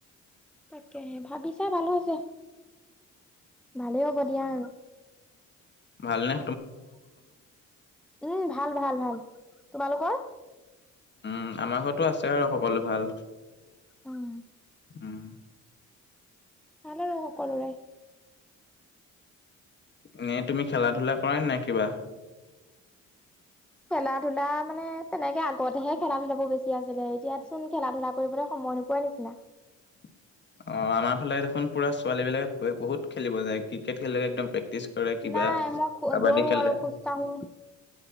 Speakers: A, in the centre; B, on the left.
A: তাকেহে ভাবিছা ভাল হৈছে। ভালেই হ'ব দিয়া আৰু।
B: ভাল নে?
A: উম ভাল ভাল ভাল। তোমালোকৰ?
B: উম আমাৰ ঘৰতো আছে আৰু সকলো ভাল।
A: উম।
B: উম।
A: ভাল আৰু সকলোৰে।
B: এনেই তুমি খেলা-ধূলা কৰা নাই কিবা? <inaudible>
A: খেলা-ধূলা মানে তেনেকে আগতেহে খেলা- ধূলাবোৰ বেছি আছিলে এতিয়া চোন খেলা-ধূলা কৰিবলৈ সময় সময় নোপোৱাৰ নিচিনা।
B: <inaudible> অ', আমাৰ ফালে দেখোন পুৰা ছোৱালী বিলাকে বহুত খেলিব যায় ক্ৰিকেট খেলিলে একদম প্ৰে প্ৰেটিচ কৰে কিবা
A: নাই মই
B: কাবাডী
A: দৌৰো
B: খেলে
A: আৰু খোজ কাঢ়ো